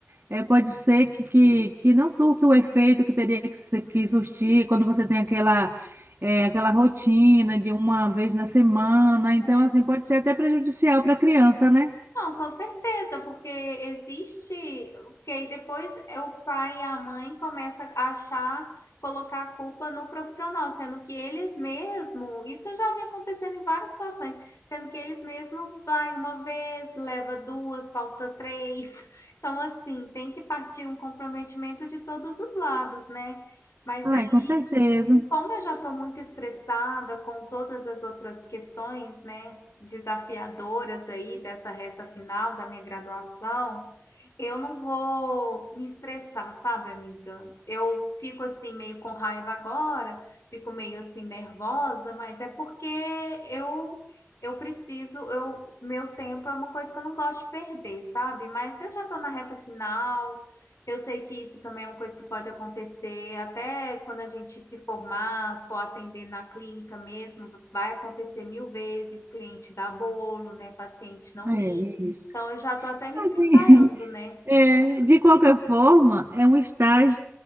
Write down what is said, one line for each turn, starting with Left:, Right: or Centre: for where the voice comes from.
Right: é, pode ser que, que, que não surta o efeito que teria que, se- que surtir quando você tem aquela, é, aquela rotina de uma vez na semana. Então,
Left: É.
Right: assim, pode ser até prejudicial para a criança, né?
Left: Não, com certeza, porque existe, porque aí depois é o pai e a mãe começa a achar, colocar a culpa no profissional, sendo que eles mesmo, isso eu já vi acontecendo em várias situações, sendo que eles mesmo vai uma vez, leva duas, falta três. <laughs> Então, assim, tem que partir um comprometimento de todos os lados, né? Mas
Right: Ai,
Left: aí
Right: com certeza.
Left: como eu já estou muito estressada com todas as outras questões, né, desafiadoras aí dessa reta final da minha graduação, eu não vou me estressar, sabe, amiga? Eu fico assim meio com raiva agora, fico meio assim nervosa, mas é porque eu eu preciso, eu meu tempo é uma coisa que eu não gosto de perder, sabe? Mas eu já estou na reta final. Eu sei que isso também é uma coisa que pode acontecer, até quando a gente se formar, for atender na clínica mesmo, vai acontecer mil vezes, cliente dá bolo, né? Paciente não
Right: É
Left: ir.
Right: isso.
Left: Então eu já tô até me preparando,
Right: Assim. <laughs>
Left: né?
Right: É, de qualquer forma, é um estágio